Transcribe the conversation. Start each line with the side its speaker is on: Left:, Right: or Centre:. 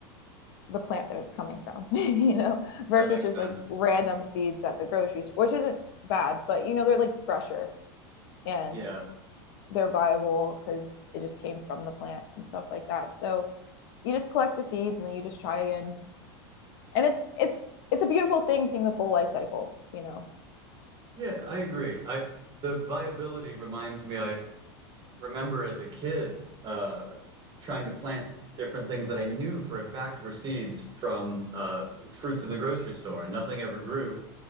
Left: the plant that it's coming from, <laughs> you know, versus
Right: That makes
Left: just
Right: sense.
Left: like random seeds at the grocery store, which isn't bad, but you know they're like fresher and
Right: Yeah.
Left: they're viable because it just came from the plant and stuff like that. So you just collect the seeds and then you just try again. And it's it's it's a beautiful thing seeing the full life cycle, you know,
Right: Yeah, I agree. I the viability reminds me I remember as a kid uh, trying to plant different things that I knew for a fact were seeds from uh, fruits in the grocery store, and nothing ever grew.